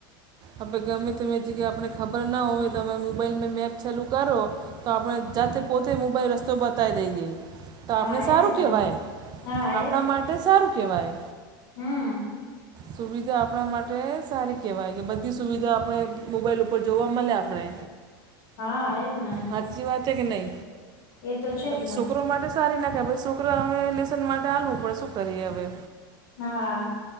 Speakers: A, on the right; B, on the left.
A: આપે ગમે તમે જગ્યાએ આપને ખબર ના હોય તમે મોબાઈલમાં મેપ ચાલુ કરો. તો આપણે જાતે પોતે મોબાલ રસ્તો બતાઈ દઈએે. તો
B: હા
A: આપણે સારું
B: એજ ને
A: કેવાય
B: હા
A: આપણા માટે સારું કેવાય
B: હમ્મ.
A: સુવિધા આપણા માટે સારી કહેવાય કે બધી સુવિધા આપણે મોબાઈલ ઉપર જોવા મલે આપણે
B: હા એજ ને
A: હાચી વાત કે નઈ
B: એ તો છે
A: પહિ
B: જ ને
A: સોકરો માટે ઉતારી નાખાય છોકરા અમે લેસન માટે આલવું પડ શું કરીએ હવે.
B: હા.